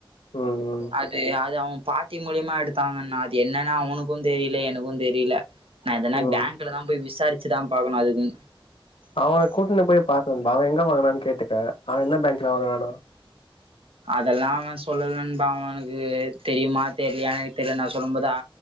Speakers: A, on the left; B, on the right.
A: ம் ம்
B: அது அது அவுங் பாட்டி மூலியமா எடுத்தாங்னா அது என்னனு அவனுக்கு தெரில எனக்கு தெரில நா எதனா
A: ம்
B: பேங்க்ல தா போய் விசாரிச்சுதா பாக்கணு அதுக்குனு
A: அவன கூட்டுன்டு போய் பாத்து நண்பா அவ எங்க வாங்கனானு கேட்டுக்க அவ என்ன பேங்க்ல வாங்குனானோ
B: அதெல்லா அவ சொல்லலா நண்பா அவனுக்கு தெரியுமா தெரியலயா எனக்கு தெரியல நா சொல்லும்போது அ